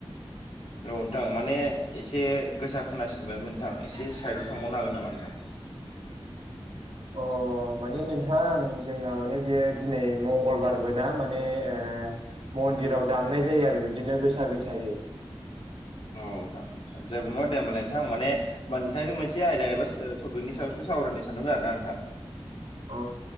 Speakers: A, on the left; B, on the right.
A: औ नोंथां माने एसे गोसा खोनासिनबाय नोंथां एसे साइडआव थांबावनो हागोन नामा नोंथां?
B: अ। माने नोंथां जोंना माने बियो दिनै मंगलबारबो ना माने ओ मन्दिराव दामनाय जायो आरो बिब्दिनो गोसा गोसायै
A: औ नोंथां जेबो नङ दे हबालाय नोंथां माने नोंथांजों मोनसे एबा टपिकनि सायावसो सावरायनो सानदोंमोन आर ना नोंथां।
B: अ